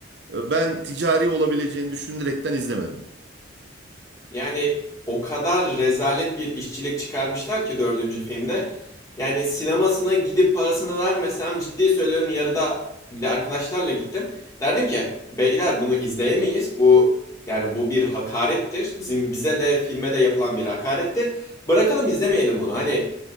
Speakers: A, on the right (about 55°); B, on the left (about 15°).
A: Ee, Ben ticari olabileceğini düşünerekten izlemedim.
B: Yani o kadar rezalet bir işçilik çıkarmışlar ki dördüncü filmde. Yani sinemasına gidip parasını vermesem ciddi söylüyorum yarıda bir de arkadaşlarla gittim. Derdim ki beyler bunu izleyemeyiz. Bu yani bu bir hakarettir. Bizim bize de filme de yapılan bir hakarettir. Bırakalım izlemeyelim bunu. Hani